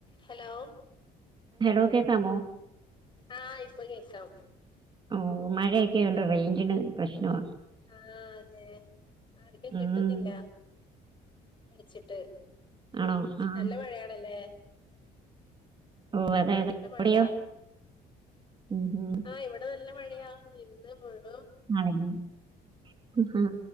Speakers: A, on the left; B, on the right.
A: ഹലോ.
B: ഹലോ കേക്കാമോ?
A: ആഇപ്പൊ കേക്കാം.
B: ഓ മഴയൊക്കെ ആയോണ്ട് റേഞ്ചിന് പ്രശ്നമാ.
A: ആഹ് അതെ. ആർക്കും
B: ഉം,
A: കിട്ടുന്നില്ല വിളിച്ചിട്ട്.
B: ആണോ ആ
A: നല്ല മഴയാണല്ലേ?
B: ഓ
A: ഇവിടെ
B: അതെ
A: നല്ല
B: അതെ എവിടെയോ
A: മഴയാ.
B: ഉം, ഉം.
A: ആഹ് ഇവിടെ നല്ല മഴയാ. ഇന്ന് മുഴു
B: <unintelligible> ആഹ്